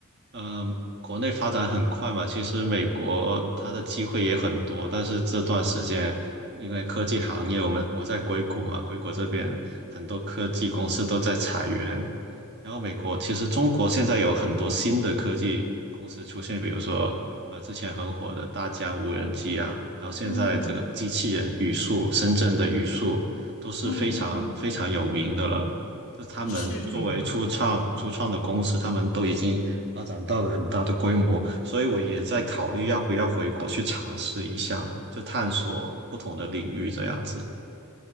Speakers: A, on the right; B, on the left.
A: 嗯，国内发展很快嘛，其实美国它的机会也很多，但是这段时间因为科技行业，我们我在硅谷嘛，硅谷这边很多科技公司都在裁员，然后美国其实中国现在有很多新的科技公司出现，比如说呃之前很火的大疆无人机啊，然后现在这个机器人语速，
B: 嗯
A: 深圳的语速都是非常非常有名的了。
B: 嗯嗯，嗯
A: 就是他们作为初创初创的公司，
B: 是这样。
A: 他们都已经发展到了很大的规模，所以我也在考虑要不要回国去尝试一下，就探索不同的领域这样子。